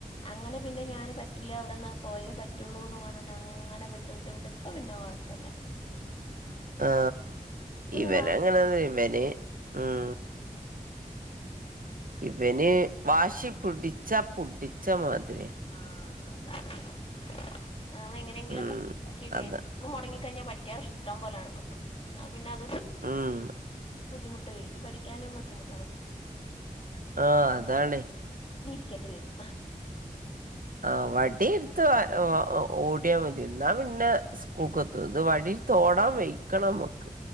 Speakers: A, on the left; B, on the right.
A: അങ്ങനെ പിന്നെ ഞാൻ പറ്റില്ലാ വിടെന്നാ പോയേ പറ്റൊള്ളൂ എന്ന് പറഞ്ഞിട്ട് അങ്ങനെ വിട്ട് വിട്ട് വിട്ട് ഇപ്പൊ പിന്നെ കൊഴപ്പല്ല
B: ആ
A: ഇപ്പ
B: ഇവനങ്ങനെണ്
A: പിന്നെ
B: ഇവന് ഉം ഇവന് വാശി പ്ടിച്ച പുടിച്ച മാതിര്യാ
A: ആ <unintelligible> അതാണങ്ങനെ ന്നമ്മളെങ്ങനെങ്കിലൊക്കെ
B: ഉം
A: ആകീട്ടെ
B: അതാ
A: മൊടങ്ങിക്കഴിഞ്ഞാൽ പഠിക്കാൻ ഇഷ്ടം പോലെ അവ്ടെ കിട്ടും ആപിന്നെ അത്
B: ഉം
A: ബുദ്ധിമുട്ടേ തി പഠിക്കാനും ബുദ്ധിമുട്ടാണ്
B: ആ അതാണ്
A: ഇരിക്കെണ്ടി വെരും
B: ആ വടിട്ത്ത് അതോ ഓടിയാൽ മതി ന്നാ പിന്നെ സ്കൂക്കെത്തും ഇത് വടിട്ത്ത് ഓടാൻ വെയ്ക്കണമ്മക്ക്